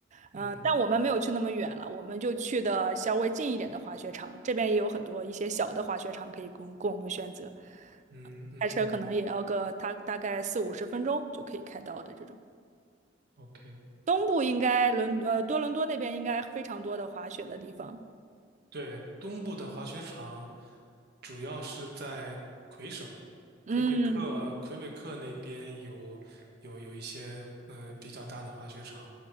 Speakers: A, on the right; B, on the right.
A: 嗯、
B: 嗯
A: 呃但我们没有去那么远了，我们就去的稍微近一点的滑雪场。这边也有很多一些小的滑雪场可以供供我们选择，
B: 嗯嗯嗯
A: 开车可能也要个大大概四五十分钟就可以开到的这种。
B: ，OK。
A: 东部应该伦呃多伦多那边应该非常多的滑雪的地方。
B: 对，东部的滑雪场主要是在魁省，
A: 嗯，
B: 魁北克，魁北克那边有有有一些呃比较大的滑雪场